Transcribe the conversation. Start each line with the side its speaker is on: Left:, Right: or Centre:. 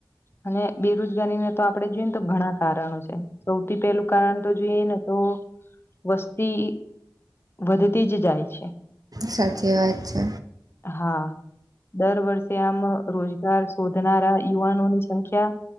Left: અને બેરોજગારીને તો આપડે જોઈ ને તો ઘણા કારણો છે સૌથી પેલું કારણ તો જોઈએ ને તો વસ્તી વધતી જ જાય છે.
Right: સાચી વાત છે‌
Left: હા દર વર્ષે આમ રોજગાર શોધનારા યુવાનોની સંખ્યા